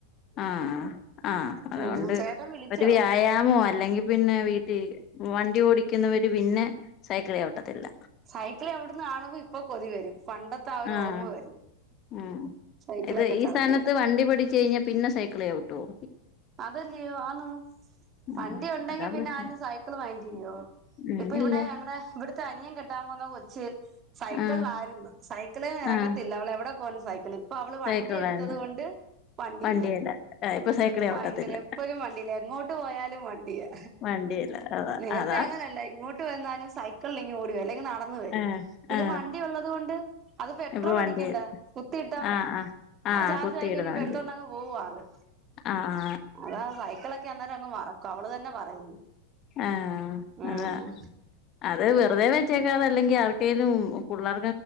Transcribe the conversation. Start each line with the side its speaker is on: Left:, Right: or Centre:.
Left: ആ ആ ആ അതുകൊണ്ട്
Right: ഉം ചേട്ടൻ വിളിച്ചോ
Left: ഒരു വ്യയമാവോ അല്ലെകിൽ പിന്നെ വീട്ടിൽ വണ്ടി ഓടിക്കുന്നവര് പിന്നെ സൈക്കിൾ ചവിട്ടത്തില്ല
Right: സൈക്കിൾ ചവുട്ടുന്ന കാണുമ്പോ ഇപ്പൊ കൊതിവരും പണ്ടത്തെ ആയൊരു
Left: ആഹ്
Right: ഓർമ്മ വരും
Left: ഉം
Right: സൈക്കിളൊക്കെ
Left: ഇത് ഈ
Right: ചവിട്ടി
Left: സ്ഥാനത്ത് വണ്ടി പടിച്ചുകഴിഞ്ഞാൽ പിന്നെ സൈക്കിൾചവുട്ടുവോ
Right: അതല്ലേയോ ആണ് പണ്ടി
Left: ആഹ്
Right: ഉണ്ടെങ്കി
Left: അതാ
Right: പിന്നെ
Left: പ്രശ്നം
Right: ആരും സൈക്കിൾ വഗിക്കില്ലയോ
Left: ഉം
Right: ഇപ്പൊ
Left: ഇല്ല
Right: ഇവിടെ ഞങ്ങളടെ ഇവിടുത്തെ അനിയൻ കെട്ട ആരും അനിയൻ കെട്ടാൻ പോവുന്ന കൊച്ച് സൈക്കിളിലാര്
Left: ആഹ്
Right: ന്ന് സൈക്കിളേന്ന് എറങ്ങത്തില്ല
Left: ആഹ്
Right: അവള് എവിടെ പോലും സൈക്കിളിൽ അപ്പൊ അവള് വണ്ടി
Left: സൈക്കിളായിരുന്നു
Right: എടുത്തകൊണ്ട് വണ്ടിയില്ല
Left: വണ്ടിയല്ല ഇപ്പൊ സൈക്കിള് ചവിട്ടത്തില്ല
Right: ഭയങ്കര എപ്പോഴും വണ്ടീല്ലാ എങ്ങോട്ട് പോയാലും വണ്ടിയാ
Left: വണ്ടിയില്ല അതാ
Right: നേരത്തെ
Left: അതാ
Right: അങ്ങനല്ല ഇങ്ങോട്ട് വന്നാലും സൈക്കിളിൽ ഇങ്ങ് ഓടുവല്ലെ നടന്നുവരും
Left: ഏ
Right: പിന്നെ
Left: ആ
Right: വണ്ടി ഉള്ളതുകൊണ്ട് അത് പെട്രോള
Left: ഇപ്പൊ വണ്ടി
Right: അടിക്കണ്ട കുത്തി ഇട്ടാമതി
Left: ആ ആ
Right: ആ ചാർജായി
Left: കുത്തിയിടുന്ന
Right: കഴിയുമ്പോ
Left: വണ്ടി
Right: എടുത്തോണ്ടങ് പോവ ആള്
Left: ആ ആ
Right: അതാ സൈക്കിളക്കെ അന്നേരം അങ്ങ് മറക്കും അവള് തന്നെ പറയുന്നു
Left: ആഹ്
Right: ഉം
Left: അതാ അത് വെറുതെ വെ <unintelligible> അല്ലെങ്ക ആർക്കെലും പുള്ളർ